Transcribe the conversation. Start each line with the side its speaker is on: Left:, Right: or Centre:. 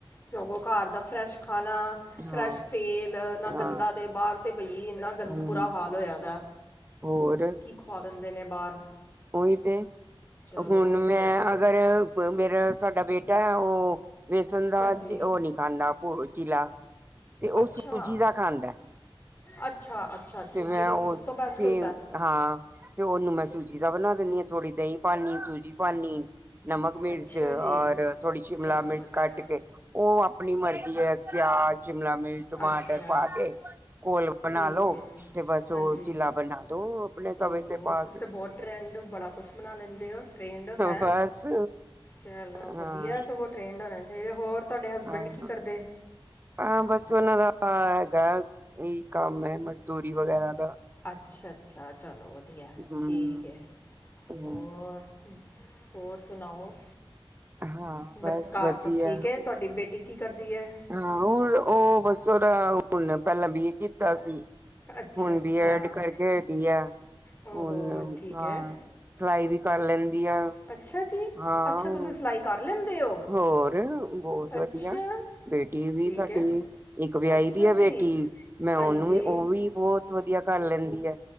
Left: ਸਗੋਂ ਘਰ ਦਾ ਫਰੈਸ਼ ਖਾਣਾ
Right: ਹਾਂ
Left: ਫਰੈਸ਼ ਤੇਲ ਇੰਨਾ
Right: ਹਾਂ
Left: ਗੰਦਾ ਤੇ ਬਾਹਰ ਤੇ ਬਈ ਇੰਨਾ ਗੰਦ
Right: ਹਮ
Left: ਬੁਰਾ ਹਾਲ ਹੋਇਆ ਪਇਆ ਹੈ।
Right: ਹੋਰ।
Left: ਖੁਆ ਦਿੰਦੇ ਨੇ ਬਾਹਰ।
Right: ਉਹੀ ਤੇ
Left: ਚਲੋ
Right: ਅੱਗੋਂ ਹੁਣ
Left: ਵਧੀਆ
Right: ਮੈਂ।
Left: ਸਗੋਂ
Right: ਅਗਰ ਮੇਰਾ ਸਾਡਾ ਬੇਟਾ ਹੈ। ਉਹ ਵੇਸਣ ਦਾ
Left: ਹਾਂਜੀ
Right: ਉਹ ਨਹੀਂ ਖਾਂਦਾ। ਉਹ ਚੀਲਾ ਤੇ ਉਹ
Left: ਅੱਛਾ
Right: ਸੂਜੀ ਦਾ ਖਾਂਦਾ।
Left: ਅੱਛਾ ਅੱਛਾ ਸੂਜੀ
Right: ਤੇ ਮੈਂ
Left: ਦਾ
Right: ਉਹ
Left: ਤਾਂ ਸਭ ਤੋਂ ਬੈਸਟ
Right: ਤੇ
Left: ਹੁੰਦਾ ਹੈ।
Right: ਹਾਂ ਤੇ ਉਹਨੂੰ ਮੈਂ ਸੂਜੀ ਦਾ ਬਣਾ ਦਿੰਨੀ ਆਂ ਥੋੜ੍ਹੀ ਦਹੀਂ ਪਾਉਣੀ ਸੂਜੀ ਪਾਉਣੀ ਆਂ ਨਮਕ, ਮਿਰਚ
Left: ਅੱਛਾ ਜੀ
Right: ਔਰ ਥੋੜੀ ਸ਼ਿਮਲਾ
Left: ਚਲੋ
Right: ਮਿਰਚ
Left: ਵਧੀਆ
Right: ਕੱਟ ਕੇ ਉਹ ਆਪਣੀ ਮਰਜ਼ੀ ਹੈ। ਪਿਆਜ਼, ਸ਼ਿਮਲਾ ਮਿਰਚ, ਟਮਾਟਰ
Left: ਅੱਛਾ
Right: ਪਾ ਕੇ ਘੋਲ
Left: ਠੀਕ
Right: ਬਣਾ ਲੋੋ।
Left: ਹੈ ਜੀ
Right: ਤੇ ਬਸ
Left: ਹਾਂਜੀ
Right: ਉਹ ਚਿੱਲਾ ਬਣਾ ਦੋ ਆਪਣੇ ਤਵੇ
Left: ਓਹੋ
Right: ਤੇ ਪਾ
Left: ਤੁਸੀਂ
Right: ਕੇ।
Left: ਤਾਂ ਬਹੁਤ ਟ੍ਰੈਂਡ ਬੜਾ ਕੁਛ ਬਣਾ ਲੈਂਦੇ ਹੋ ਟ੍ਰੈਂਡ ਹੈ।
Right: ਬਸ
Left: ਚਲੋ
Right: ਹਾਂ
Left: ਵਧੀਆ ਸਗੋਂ ਟ੍ਰੇਡ ਹੋਣਾ ਚਾਹੀਦਾ। ਹੋਰ ਤੁਹਾਡੇ ਹਸਬੈਂਡ
Right: ਹਾਂ
Left: ਕੀ ਕਰਦੇ ਆਂ।
Right: ਹਾਂ, ਬਸ ਔਨਾਂ ਦਾ ਹੈਗੈ ਇਹੀ ਕੰਮ ਹੈ ਮਜ਼ਦੂਰੀ ਵਗੈਰਾ ਦਾ।
Left: ਅੱਛਾ-ਅੱਛਾ ਚਲੋ ਵਧੀਐ
Right: ਹਮ
Left: ਠੀਕ ਏ।
Right: ਹਮ
Left: ਹੋਰ? ਹੋਰ ਸੁਣਾਓ
Right: ਹਾਂ
Left: ਬ
Right: ਬਸ
Left: ਘੱਰ
Right: ਵਧੀਆ
Left: ਸਭ ਠੀਕ ਏ? ਤਾਡੀ ਬੇਟੀ ਕੀ ਕਰਦੀ ਏ?
Right: ਹਾਂ, ਹੁਣ ਔ ਬਸ ਔਦਾ ਹੁਣ ਪੈਲਾਂ ਬੀਏ ਕੀਤਾ ਸੀ।
Left: ਅੱਛਾ
Right: ਹੁਣ
Left: ਅੱਛਾ
Right: ਬੀ ਐਡ ਕਰਕੇ ਹਟੀ ਐ,
Left: ਓਹੋ
Right: ਹੁਣ
Left: ਠੀਕ
Right: ਹਾਂ।
Left: ਹੈ
Right: ਸਿਲਾਈ ਵੀ ਕਰ ਲੈਂਦੀ ਆ।
Left: ਅੱਛਾ ਜੀ
Right: ਹਾਂ,
Left: ਅੱਛਾ
Right: ਹੋ
Left: ਤੁਸੀਂ ਸਿਲਾਈ ਕਰ ਲੈਂਦੇ ਹੋ
Right: ਹੋਰ ਬੌਤ
Left: ਅੱਛਾ
Right: ਵਧੀਆ। ਬੇਟੀ ਨੂ ਵੀ
Left: ਠੀਕ
Right: ਸਾਡੀ,
Left: ਹੈ
Right: ਇੱਕ ਵਿਆਹੀ
Left: ਅੱਛਾ
Right: ਦੀ ਐ
Left: ਜੀ
Right: ਬੇਟੀ ਮੈਂ
Left: ਹਾਂਜੀ
Right: ਔਨੂੰ ਵੀ, ਓਹ ਵੀ ਬੌਤ ਵਧੀਆ ਕਰ ਲੈਂਦੀ ਐ,